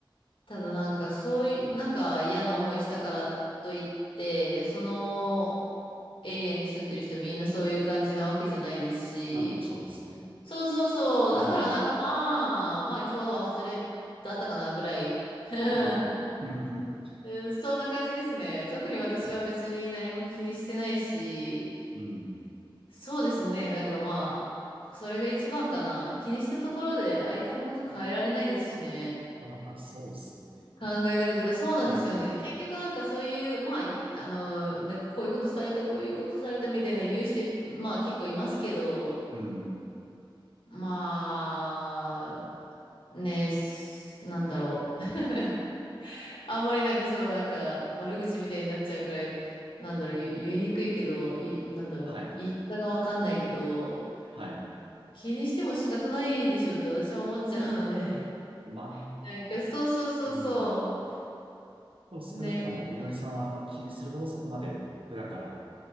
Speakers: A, on the left; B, on the right.
A: ただなんかそういう、なんか嫌な思いしたからといって、そのエリアに住んでる人みんなそういう感じなわけじゃないですし、
B: まあ、もちろんですね。
A: そうそうそう、だからなんかまあ、
B: うん。
A: まあ今日は外れだったかなぐらい。<laughs>
B: うん。<laughs>
A: うんそんな感じですね。特に私は別に何も気にしてないし、
B: うん。
A: そうですね、なんかまあ、それが一番かな。気にしたところで相手のこと変えられないですしね。
B: まあまあ、そうですよね。
A: 考え方とか、そうなんですよね。
B: うん。
A: で、結局なんかそういう、まあ、いあの、なんかこういうことされた、こういうことされたみたいな言う人、まあ結構いますけど、
B: うん。
A: まあ、ね、すなんだろう。<laughs> あんまりなんかそう、なんか悪口みたいになっちゃうから、なんだろう、言言いにくいけど、言いなんだろう、
B: はい。
A: 言い方がわかんないけど、
B: はい。
A: 気にしても仕方ないでしょって私は思っちゃうので、
B: まあ、
A: <laughs> なんかそうそうそうそ
B: うん。と少なくとも、
A: う。ね、
B: みのりさんはあんま気にするほどそこまで普段から